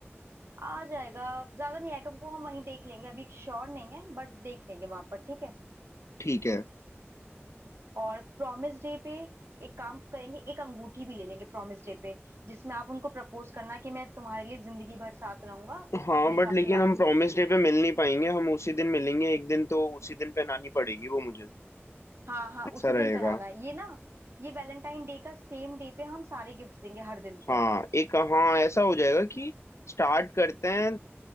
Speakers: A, on the right; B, on the left.
A: आ जाएगा ज्यादा नहीं आएगा वो हम वहीं देख लेंगे अभी श्योर नहीं है बट देख लेंगे वहां पर ठीक है
B: ठीक है
A: और प्रॉमिस डे पे एक काम करेंगे एक अंगूठी भी ले लेंगे प्रॉमिस डे पे जिसमें आप उनको प्रपोज करना कि मैं तुम्हारे लिए जिंदगी भर साथ रहूंगा
B: हाँ
A: अपने हिसाब
B: बट लेकिन
A: से लाइन
B: हम प्रॉमिस
A: बोल के
B: डे पे मिल नहीं पाएंगे हम उसी दिन मिलेंगे एक दिन तो उसी दिन पहनानी पड़ेगी वो मुझे
A: हाँ हाँ
B: ऐसा
A: उसी
B: रहेगा
A: दिन पहनाना है ये ना ये वैलेंटाइन डे का सेम डे पे हम सारे गिफ्ट देंगे हर दिन
B: हाँ
A: के
B: एक हाँ ऐसा हो जाएगा कि स्टार्ट करते हैं